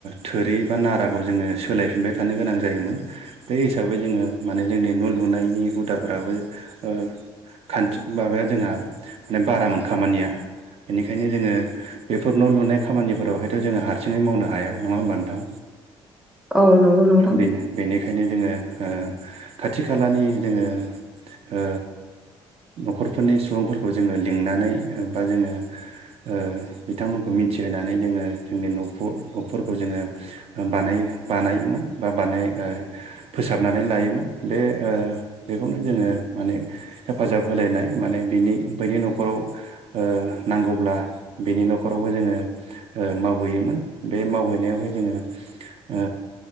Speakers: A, on the right; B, in the centre.
A: थोरि बा नाराखौ जोङो सोलायफिनबाय थानो गोनां जायोमोन। बे हिसाबै जोङो माने जोंनि न' लुनायनि हुदाफ्राबो ओ खान्थि माबाया जोंहा माने बारामोन खामानिया बेनिखायनो जोङो बेफोर न' लुनाय खामानिफोरावहायथ' जोङो हारसिङै मावनो हाया नङा होमब नोंथां
B: औ नंगौ नोंथां
A: बेनो बेनिखायनो जोङो ओ खाथि खालानि जोङो ओ न'खरफोरनि सुबुंफोरखौ जोङो लिंनानै बा जोङो ओ बिथांमोनखौ मिथिहोनानै जोङो जोंनि न'खर गपफोरखौ जोङो बानाय बानायोमोन बा बानाय फोसाबनानै लायोमोन बे ओ बेखौनो जोङो माने हेफाजाब होलायनाय माने बिनि बैनि न'खराव ओ नांगौब्ला बिनि न'खरावबो जोङो ओ मावहैयोमोन बे मावहैनायावहाय जोङो ओ